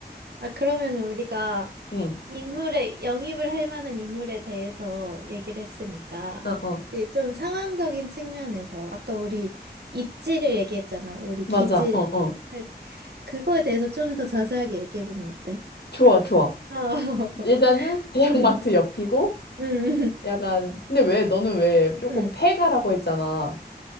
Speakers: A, on the right (about 70°); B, on the left (about 70°).
A: 아, 그러면 우리가
B: 응.
A: 인물에, 영입을 할 만한 인물에 대해서 얘기를 했으니까,
B: 어 어.
A: 이제 좀 상황적인 측면에서, 아까 우리 입지를 얘기했잖아. 우리
B: 맞아.
A: 기지를
B: 어 어.
A: 할, 그거에 대해서 좀 더 자세하게 얘기해보면 어때?
B: 좋아 좋아.
A: 어, <laughs>
B: 일단은 <laughs>
A: 응,
B: 대형마트 옆이고
A: 응,
B: 약간 근데 왜 너는 왜 조금
A: 응.
B: 폐가라고 했잖아.